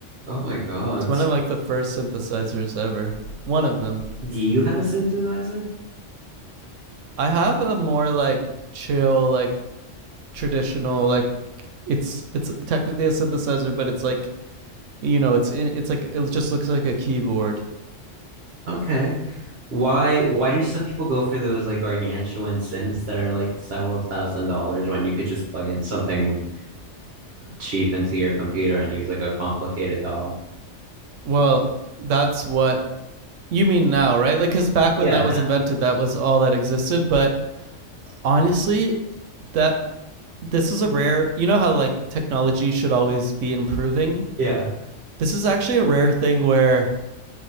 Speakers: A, on the right (about 60°); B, on the right (about 80°).
A: oh my God
B: It's one of like the first synthesizers ever. One of them.
A: do you have a synthesizer
B: I have a more like chill, like traditional like it's it's technically a synthesizer, but it's like you know it's it's like it just looks like a keyboard.
A: okay why why do some people go for those like gargantuan synths that are like several thousand dollars when you could just plug in something cheap into your computer and use like a complicated doll.
B: Well, that's what you mean now, right? Like because back when
A: Yeah,
B: that
A: no.
B: was invented, that was all that existed. But honestly, that this is a rare. You know how like technology should always be improving.
A: Yeah.
B: This is actually a rare thing where